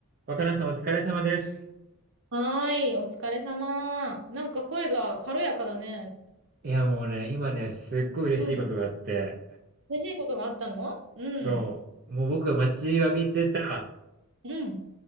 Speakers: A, on the right; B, on the right.
A: 若菜さんお疲れ様です。
B: はーい、お疲れ様。なんか声が軽やかだね。
A: いやもうね、今ね、すっごい嬉しいことがあって、
B: うん。嬉しいことがあったのうん。
A: そう、もう僕が待ちわびてた
B: うん。